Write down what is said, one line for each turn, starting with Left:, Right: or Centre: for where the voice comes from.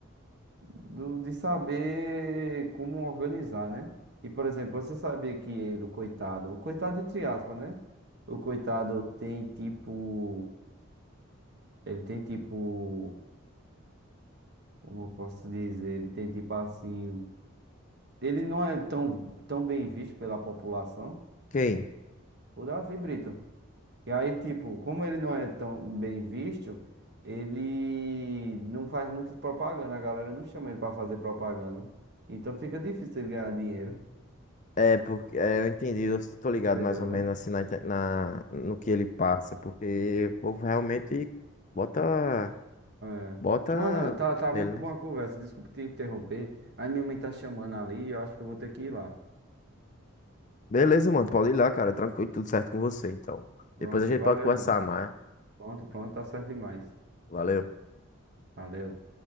Right: do, de saber como organizar, né? E, por exemplo, você sabia que ele, o coitado. O coitado, entre aspas, né? O coitado tem tipo. Ele tem tipo. como eu posso dizer, ele tem tipo assim, ele não é tão, tão bem visto pela população,
Left: Quem?
Right: o Davi Brito. E aí, tipo, como ele não é tão bem visto, ele não faz muitas propaganda, a galera não chama ele pra fazer propaganda. Então fica difícil ele ganhar dinheiro,
Left: É, porque é, eu entendi, eu tô ligado
Right: entendeu,
Left: mais ou
Right: né?
Left: menos assim na, inte- na- no que ele passa, porque o povo realmente bota,
Right: É.
Left: bota
Right: Mano, tá, tá
Left: nele,
Right: muito boa
Left: né?
Right: a conversa, desculpa te interromper. Aí minha mãe tá chamando ali, eu acho que eu vou ter que ir lá.
Left: Beleza, mano, pode ir lá, cara, tranquilo, tudo certo com você, então.
Right: Pronto,
Left: Depois a gente
Right: valeu,
Left: pode conversar
Right: meu mano.
Left: mais.
Right: Pronto, pronto, tá certo demais.
Left: Valeu.
Right: Valeu.